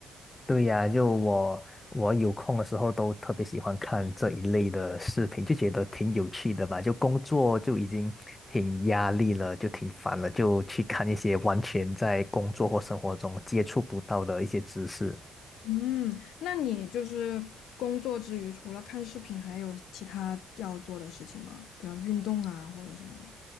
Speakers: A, on the left; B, on the left.
A: 对呀，就我我有空的时候都特别喜欢看这一类的视频，就觉得挺有趣的吧。就工作就已经挺压力了，就挺烦了，就去看一些完全在工作或生活中接触不到的一些知识。
B: 嗯，那你就是工作之余，除了看视频，还有其他要做的事情吗？比方运动啊，或者什么的。